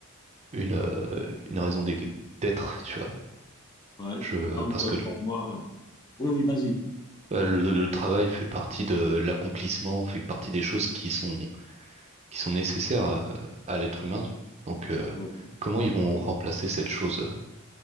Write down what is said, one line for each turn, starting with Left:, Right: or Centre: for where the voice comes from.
Right: une, euh, une raison d'e- d'être, tu vois.
Left: Ouais.
Right: Je,
Left: Donc,
Right: parce
Left: euh,
Right: que
Left: pour moi, oui, oui, vas-y.
Right: euh, le, le travail fait partie de l'accomplissement, fait partie des choses qui sont qui sont nécessaires à, à l'être humain. Donc, euh,
Left: Ouais, ouais.
Right: comment ils vont remplacer cette chose? euh,